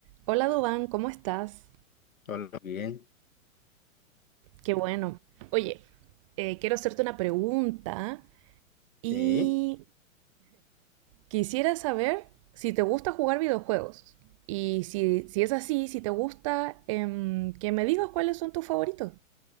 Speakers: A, on the right; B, on the left.
A: Hola Dubán, ¿cómo estás?
B: Hola, bien.
A: Qué bueno. Oye, eh, quiero hacerte una pregunta y
B: Sí.
A: quisiera saber si te gusta jugar videojuegos. Y si, si es así, si te gusta, em, que me digas cuáles son tus favoritos.